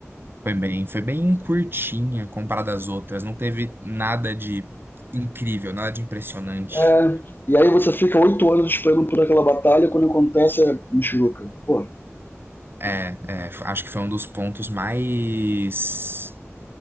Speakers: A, on the right; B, on the left.
A: Foi bem, foi bem curtinha comparada às outras, não teve nada de incrível, nada de impressionante.
B: É, e aí você fica oito anos esperando por aquela batalha, quando acontece é Michuruca. Pô,
A: É, é, f- acho que foi um dos pontos mais